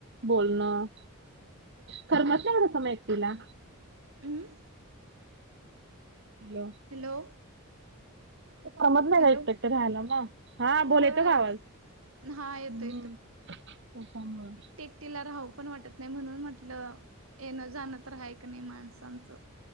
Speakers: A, on the right; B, on the right.
A: बोलणं करमत नाही ओ तस म एकटिला.
B: हम्.
A: हॅलो.
B: हॅलो,
A: करमत नाही
B: हॅलो
A: एकट एकट रहायला ना हा
B: वय
A: बोल येतोय का आवाज.
B: हा येतोय
A: हम त्याच्यामुळे,
B: तिला राहू पण वाटत नाही म्हणून म्हटलं येणं जाणं तर हाय का नाही माणसांचं.